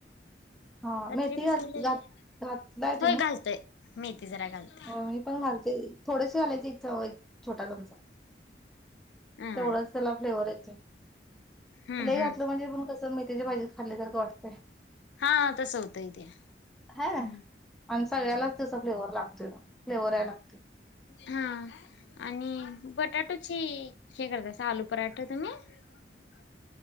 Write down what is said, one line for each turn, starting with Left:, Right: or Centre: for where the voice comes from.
Centre: हा
Left: रात्री
Centre: मेथी
Left: भिजवलेली
Centre: घात घात घातलाय तुम्ही?
Left: होय घालतोय मेथी. जरा घालतोय
Centre: हो मी पण घालते थोडेसे घालायचे छोटा चमचा
Left: हम्म
Centre: तेवढाच त्याला फ्लेवर येतो.
Left: हम्म
Centre: <inaudible> लय घातलं
Left: हम्म
Centre: म्हणजे पण कस मेथीची भाजी खाल्लीसारख वाटते
Left: हा तसं होतंय ते
Centre: ह
Left: हम्म
Centre: आणि सगळ्यालाच त्याचा फ्लेवर लागतो मग फ्लेवर यायला लागते
Left: हा आणि बटाटोची हे करत अस आलू पराठा तुम्ही -